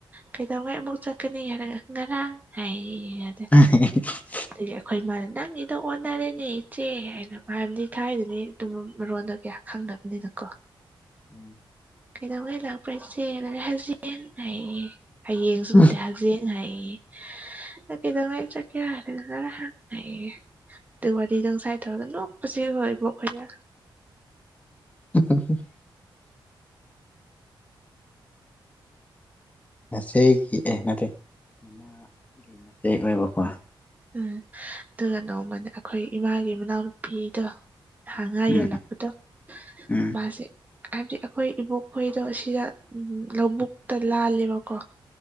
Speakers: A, on the right; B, on the left.
A: ꯀꯩꯗꯧꯉꯩ ꯑꯃꯨꯛ ꯆꯠꯀꯅꯤ ꯍꯥꯏꯔꯒ ꯉꯔꯥꯡ ꯍꯥꯏꯌ‌ꯦꯌ‌ꯦ
B: <unintelligible>
A: ꯑꯗꯨꯒꯤ ꯑꯩꯈꯣꯏ ꯃꯥꯅ ꯅꯪꯒꯤꯗ‌ꯣ ꯑꯣꯟꯅꯔꯦꯅꯦ ꯏꯆꯦ ꯍꯥꯏꯅ ꯃꯔꯝꯗꯤ ꯊꯥꯏꯅꯗꯤ ꯑꯗꯨ ꯃꯔꯣꯟꯗꯣ ꯀꯌꯥ ꯈꯪꯗꯕꯅꯤꯅꯀꯣ
B: <inaudible>
A: ꯀꯩꯗꯧꯉꯦ ꯂꯥꯛꯄ꯭ꯔꯥ ꯏꯆ‌ꯦꯅ ꯍꯖ‌ꯦꯡ ꯍꯥꯏꯌ‌ꯦꯌ‌ꯦ ꯍꯌꯦꯡꯁꯨ
B: ꯎꯝ
A: ꯅꯠꯇꯦ ꯍꯖ‌ꯦꯡ ꯍꯥꯏꯌ‌ꯦꯌ‌ꯦ ꯅꯪ ꯀꯩꯗꯧꯉꯩ ꯆꯠꯀꯦꯔ ꯍꯥꯏꯔꯒ ꯉꯥꯔꯥꯡ ꯍꯥꯏꯌ‌ꯦꯌ‌ꯦ ꯑꯗꯨ ꯋꯥꯔꯤꯗ‌ꯣ ꯉꯁꯥꯏ ꯇꯧꯔꯒ ꯅꯣꯛꯄꯁꯤ ꯑꯩꯈ‌ꯣꯏ ꯑꯥꯕ‌ꯣꯛ ꯈꯣꯏꯗ
B: <unintelligible> ꯃꯆꯦꯒꯤ ꯑꯦ ꯅꯠꯇꯦ ꯃꯃꯥꯒꯤ ꯃꯆꯦ ꯑꯣꯏꯕꯀꯣ
A: ꯎꯝ ꯑꯗꯨꯒ ꯅꯣꯡꯃꯅ ꯑꯈꯣꯏ ꯏꯃꯥꯒꯤ ꯃꯅꯥꯎꯅꯨꯄꯤꯗꯣ ꯊꯥꯡ ꯉꯥ
B: ꯎꯝ
A: ꯌꯣꯜꯂꯛꯄꯗꯣ
B: ꯎꯝ
A: ꯃꯥꯁꯦ ꯍꯥꯏꯕꯗꯤ ꯑꯩꯈꯣꯏ ꯏꯕꯣꯛꯈꯣꯏꯗꯣ ꯁꯤꯗ ꯂꯧꯕꯨꯛꯇ ꯂꯥꯜꯂꯦꯕꯀꯣ